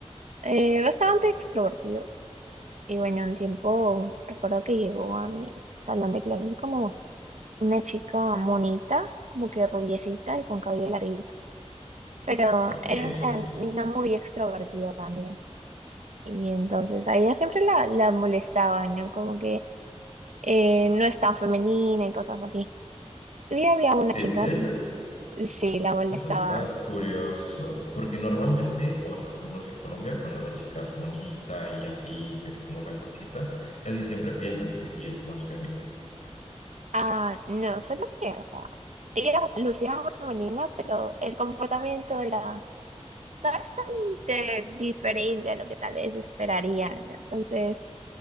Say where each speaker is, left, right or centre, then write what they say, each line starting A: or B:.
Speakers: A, on the right; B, on the left.
A: Eh, bastante extrovertido. Y bueno, un tiempo recuerdo que llegó a mi salón de clases como una chica monita, como que rubiecita y con cabello larguito. Pero
B: Ok,
A: era una
B: sí.
A: niña muy extrovertida también. Y entonces a ella siempre la, la molestaba, ¿no? Como que eh, no es tan femenina y cosas así. Y había una
B: ¿En
A: chica
B: serio?
A: que sí la molestaba.
B: Eso está curioso. Porque normalmente, o sea, por lo menos en Colombia, cuando la chica es bonita y así se ve como la cosita, casi siempre piensan que sí es más femenina.
A: Ah, no, solo que, o sea, ella lucía muy femenina, pero el comportamiento era bastante diferente a lo que tal vez esperarían, ¿no? Entonces,